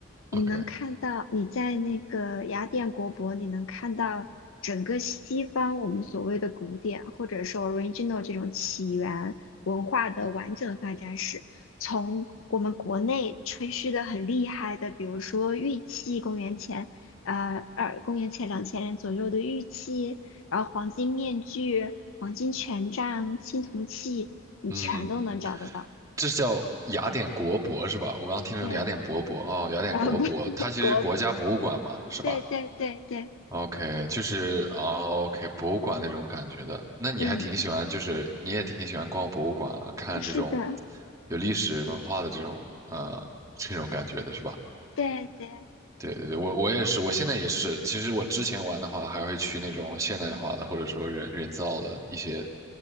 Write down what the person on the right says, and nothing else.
，OK，
嗯。这是叫雅典国博是吧？我刚刚听成雅典博博哦，
雅典国博，
它其实是国家博物馆嘛，
是吧
？OK，就是啊，OK，博物馆那种感觉的。那你还挺喜欢，
就是你也挺喜欢逛博物馆啊，看这种
有历史文化的这种呃这种感觉的是吧？
对对对，我我也是，我现在也是。其实我之前玩的话，还会去那种现代化的，或者说人人造的一些